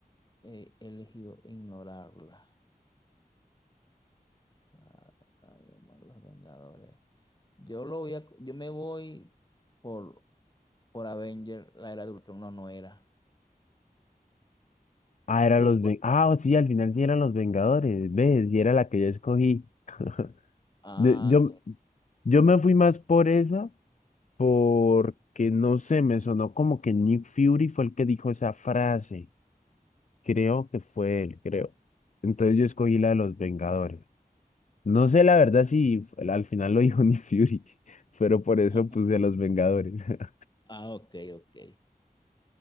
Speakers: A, on the left; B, on the left.
A: he elegido ignorarla. Ah, ay, hermano, los Vengadores. Yo lo voy a, yo me voy por, por Avenger, la era de Ultron, no, no era.
B: Ah, eran
A: Tú-
B: los Ven- Ah, sí, al final sí eran los Vengadores, ¿ves? Y era la que yo escogí. <laughs>
A: ah,
B: De- Yo, yo me fui más por esa, porque no sé, me sonó como que Nick Fury fue el que dijo esa frase. Creo que fue él, creo. Entonces yo escogí la de los Vengadores. No sé la verdad si f- al final lo dijo <laughs> Nick Fury, pero por eso
A: <laughs>
B: puse a los Vengadores. <laughs>
A: ah, ok, ok.